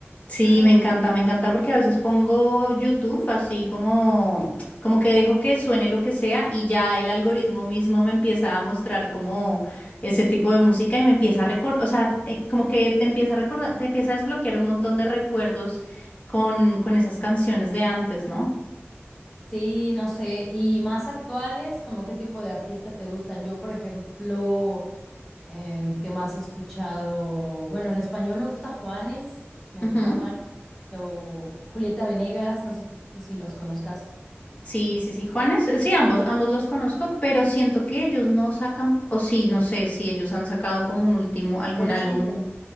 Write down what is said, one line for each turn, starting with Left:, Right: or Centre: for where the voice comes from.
Left: Sí,
Centre: <laughs>
Left: me encanta, me encanta porque a veces pongo YouTube así como, como que dejo que suene lo que sea y ya el algoritmo mismo me empieza a mostrar como ese tipo de música y me empieza a recordar, o sea, eh, como que te empieza a recordar, te empieza a desbloquear un montón de recuerdos con, con esas canciones de antes, ¿no?
Centre: Sí, no sé. Y más actuales, ¿como qué tipo de artista te gustan? Yo, por ejemplo, em, ¿qué más he escuchado? Bueno, en español me gusta Juanes, me
Left: Ujú.
Centre: gusta Juanes, o Julieta Venegas, no sé si los conozcas.
Left: Sí, sí, sí, Juanes, eh, sí, ambos, ambos los conozco, pero siento que ellos no sacan, o sí, no sé si ellos han sacado como un último, algún
Centre: Reciente.
Left: álbum